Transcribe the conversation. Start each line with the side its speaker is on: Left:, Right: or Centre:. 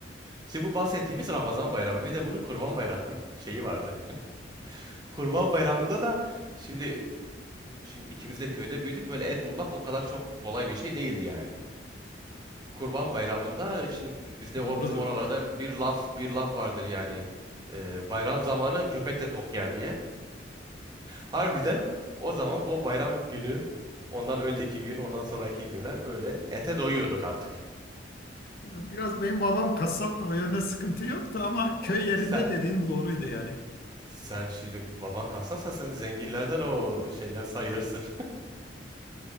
Right: Şimdi bu bahsettiğimiz Ramazan bayramı bir de bunun Kurban Bayramı şeyi vardı. <laughs> Kurban Bayramı'nda da şimdi şimdi ikimiz de köyde büyüdük böyle et bulmak o kadar çok kolay bir şey değildi yani. Kurban Bayramı'nda şimdi bizde o
Left: <laughs> Doğrudur.
Right: bizim oralarda bir laf bir laf vardır yani. Ee, bayram zamanı köpek de tok yer diye. Harbiden o zaman bu bayram günü, ondan önceki gün, ondan sonraki günler böyle ete doyuyorduk artık.
Left: Biraz benim babam kasap da o yönde sıkıntı yoktu ama köy
Right: O-
Left: yerinde
Right: Sen
Left: dediğin doğruydu yani.
Right: sen şimdi baban kasapsa sen zenginlerden o şeyler sayılırsın.